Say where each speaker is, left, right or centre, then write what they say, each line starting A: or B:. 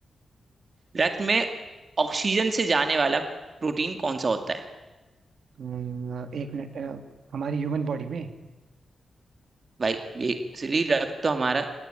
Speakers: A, on the right; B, on the right.
A: रक्त में ऑक्सीजन से जाने वाला प्रोटीन कौन सा होता है
B: अम, एक मिनट अ, हमारी ह्यूमन बॉडी में
A: भाई बेसिकली रक्त तो हमारा